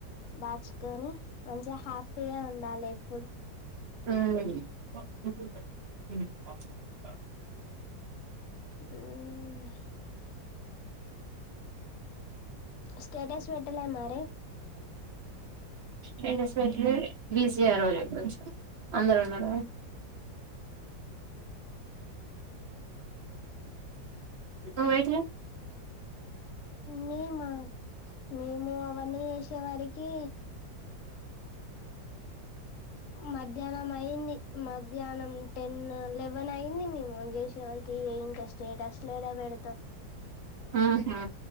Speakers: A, on the left; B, on the right.
A: దాచుకొని మంచిగా హ్యాపీగా ఉండాలి ఎప్పుడు
B: హ్మ్
A: హ్మ్ స్టేటస్ పెట్టలే మరి
B: స్టేటస్ పెట్టలే బిజీ ఆ రోజు కొంచెం అందరూ ఉన్నారా హమ్ వయిట్
A: మేమా మేము అవన్నీ వేసేవరికి మధ్యాహ్నం అయింది మధ్యాహ్నం టెన్ లెవెన్ అయింది మేము లేసేవరికి ఇంకా స్టేటస్ లు యాడ పెడతాం
B: ఊహూ